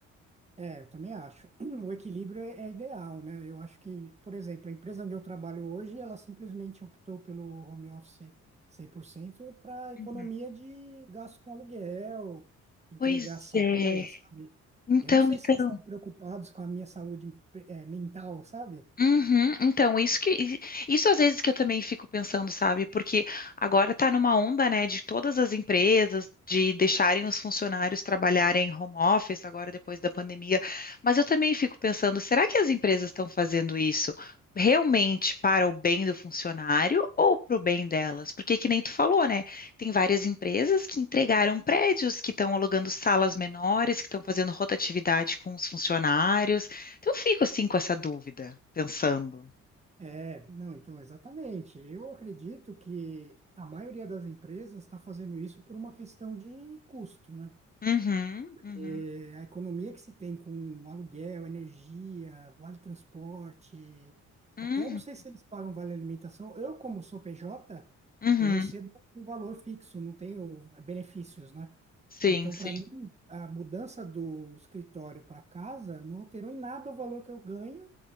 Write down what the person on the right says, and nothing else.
É, eu também acho. <clears throat> O equilíbrio é, é ideal, né? Eu acho que, por exemplo, a empresa onde eu trabalho hoje, ela simplesmente optou pelo home office 100% para economia
de gasto com aluguel, entregar
salas,
sabe?
Eu não sei
se eles estão preocupados com a minha saúde, eh, mental, sabe?
É, não, então, exatamente. Eu acredito que a maioria das empresas está fazendo isso por uma questão de custo, né?
É, a economia que se tem com aluguel, energia, vale transporte,
até não sei se eles pagam vale alimentação. Eu, como sou PJ,
eu recebo um valor fixo, não tenho benefícios, né?
Então,
para mim, a mudança do escritório para casa não alterou em nada o valor que eu ganho,